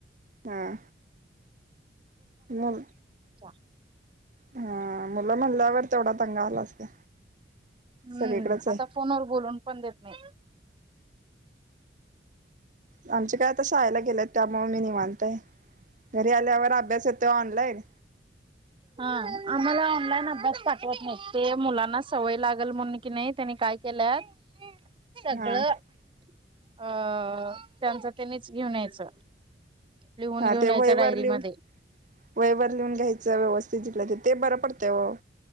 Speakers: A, on the right (about 45°); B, on the right (about 30°).
A: हा मुल
B: <unintelligible>
A: हा मुलं म्हणल्यावर तेवढा दंगा आलाच ते
B: हम्म
A: सगळीकडचय.
B: आता फोनवर बोलून पण देत नाही.
A: आमचे काय आता शाळेला गेलेयात, त्यामुळ मी निवांत आहे. घरी आल्यावर अभ्यास येतो ऑनलाईन
B: हां आम्हाला ऑनलाईन अभ्यास पाठवत नाही, ते मुलांना सवय लागल म्हणून की नाही त्यांनी काय केल्यात सगळं
A: हा
B: अ त्यांचं त्यांनीच घेऊन यायचं, लिहून
A: हा
B: घेऊन
A: ते
B: यायचं
A: वहीवर
B: डायरीमध्ये.
A: लिहून वहीवर लिहून घ्यायचं व्यवस्थित जिथल्या तिथं ते बरं पडतंय वो.